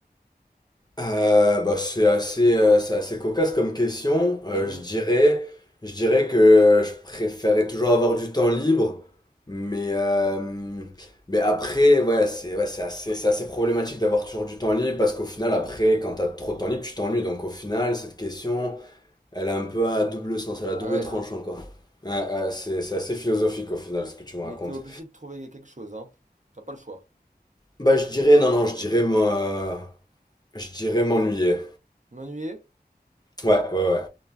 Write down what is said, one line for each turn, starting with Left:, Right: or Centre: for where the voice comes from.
Left: Euh, bah, c'est assez, euh, c'est assez cocasse comme question. Euh,
Right: Mhm.
Left: je dirais, je dirais que euh, je préférais toujours avoir du temps libre, mais, euh, mais après, ouais, c'est ouais, c'est assez, c'est assez problématique d'avoir toujours du temps libre parce qu'au final, après, quand t'as trop de temps libre, tu t'ennuies. Donc au final, cette question, elle a un peu à double sens, elle a
Right: Ah
Left: double
Right: ouais,
Left: tranchant,
Right: hein?
Left: quoi. Ouais, ouais, c'est, c'est assez philosophique au final, ce que tu
Right: Mais
Left: me racontes.
Right: t'es obligé de trouver quelque chose, hein? T'as pas le choix.
Left: Bah, je dirais, non, non, je dirais, moi, je dirais m'ennuyer.
Right: M'ennuyer?
Left: Ouais, ouais, ouais.